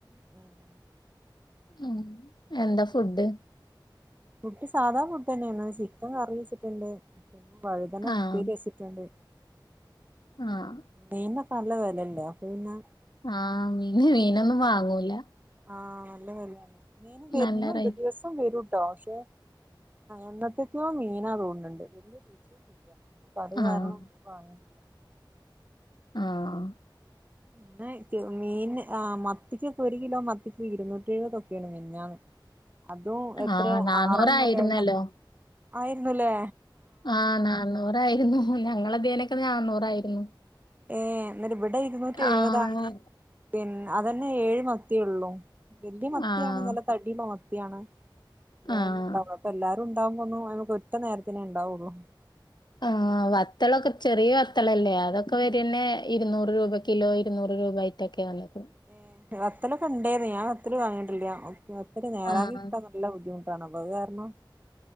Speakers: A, on the right (about 20°); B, on the left (about 60°).
A: ഉം
B: ഉം എന്താ
A: ഏഹ് ഫുഡ്‌
B: ഫുഡ്
A: എങ്ങനെ ഫുഡ്‌ സാധാ ഫുഡ നെണ് ചിക്കൻ കറി വെച്ചിട്ട്ണ്ട് പിന്നെ വഴുതന
B: ആഹ്
A: ഉപ്പേരിയെച്ചിട്ട്ണ്ട്
B: ഉം ആഹ്
A: മീന്നൊക്കെ നല്ല വെലല്ലെ അപ്പൊ പിന്നെ
B: ആഹ് മീന് മീനൊന്നും വാങ്ങൂല
A: ആഹ് നല്ല വെലെണ് മീന് ബെര്ന്ണ്ട്
B: നല്ല റേറ്റ്
A: ദിവസം നിത്തം വരൂട്ടോ പക്ഷെ എന്നത്തെക്കോ മീനാതോണ് ണ്ട് വല്ല്യേ രുചിയൊന്നുല്യ ഇപ്പത് കാരണം
B: ആഹ്
A: മീന് വാങ്ങൂല്യ
B: ആഹ്
A: ആഹ് കെ മീൻന് ആഹ് മത്തിക്കൊക്കെ ഒരു കിലോ മത്തിക്ക് ഇരുന്നൂറ്റി എഴ്പതൊക്കേണ് മിഞ്ഞാന്ന് അതും എത്രയാ
B: ആഹ് നാന്നൂറായിരുന്നല്ലോ
A: ആറണ്ണോ ഏഴണ്ണോ ആയിരുന്നുലെ
B: ആഹ് നാന്നൂറായിര്ന്നു ഞങ്ങളെ ദീലൊക്കെ നാന്നൂറായ്രുന്നു
A: ഏഹ് ന്നട്ട് ഇബടെ ഇരുന്നൂറ്റി എഴ്
B: ആഹ്
A: വതായത് പിന്നെ അതന്നെ ഏഴ് മത്തിയൊള്ളൂ വല്ല്യേ മത്തിയാണ്
B: ആഹ്
A: നല്ല തടിള്ള മത്തിയാണ് വേറൊന്നും
B: ആഹ്
A: ണ്ടാവ് ലാ അപ്പൊ എല്ലാരും ഇണ്ടാവുമ്പോന്നും നമ്മക്ക് ഒറ്റ നേരത്തിനെ ഇണ്ടാവൊള്ളു
B: ആഹ് വത്തളൊക്കെ ചെറിയ വത്തളല്ലേ അതൊക്കെ വരെന്നേ ഇരുന്നൂറ് രൂപ കിലോ ഇരുന്നൂറ് രൂപ ആയിട്ടൊക്കെ വന്ന്ക്ക്ണ്
A: ഏഹ്‌ വത്തലൊക്കെ ഉണ്ടേന്ന് ഞാവത്തല് വാങ്ങിയിട്ടില്ല വത്ത് വത്തല് നേരാക്കിട്ടാൻ
B: ആഹ്
A: നല്ല ബുദ്ധിമുട്ടാണ് അപ്പോ അത് കാരണം